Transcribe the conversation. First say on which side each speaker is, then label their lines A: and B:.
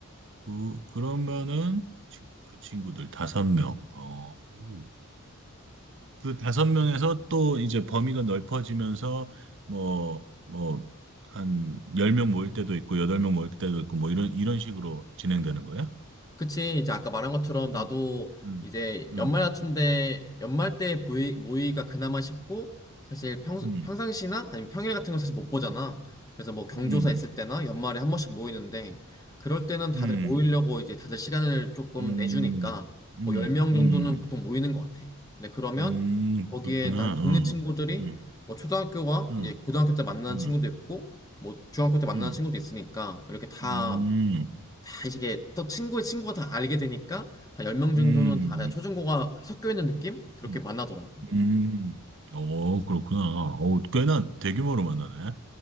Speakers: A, on the right (about 60°); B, on the left (about 15°).
A: 그, 그러면은 지- 그 친구들 다섯 명. 어. 음. 그 다섯 명에서 또 이제 범위가 넓어지면서 뭐, 뭐, 한 열 명 모일 때도 있고, 여덟 명 모일 때도 있고, 뭐 이런, 이런 식으로 진행되는 거야?
B: 그치, 이제 아까 말한 것처럼 나도
A: 음, 음,
B: 이제
A: 음,
B: 연말 같은데, 연말 때 보이, 모의가 그나마 쉽고, 사실 평,
A: 음,
B: 평상시나 아니면 평일 같은 건 사실 못 보잖아.
A: 음,
B: 그래서 뭐 경조사
A: 음,
B: 있을 때나 연말에 한 번씩 모이는데, 그럴 때는 다들
A: 음,
B: 모이려고 이제 다들 시간을 조금
A: 음,
B: 내주니까,
A: 음,
B: 뭐 10명
A: 음,
B: 정도는 보통 모이는 것 같아. 근데 그러면
A: 음,
B: 거기에
A: 그렇구나.
B: 난
A: 어.
B: 동네 친구들이
A: 음,
B: 뭐 초등학교가
A: 음,
B: 이제 고등학교 때 만나는
A: 음,
B: 친구도 있고, 뭐 중학교 때 만나는
A: 음,
B: 친구도 있으니까, 이렇게 다
A: 음,
B: 다 이게 또 친구의 친구가 다 알게 되니까 한 10명 정도는
A: 음,
B: 다 그냥 초중고가 섞여 있는 느낌? 그렇게
A: 음,
B: 만나더라고.
A: 음. 어, 그렇구나. 어, 꽤나 대규모로 만나네.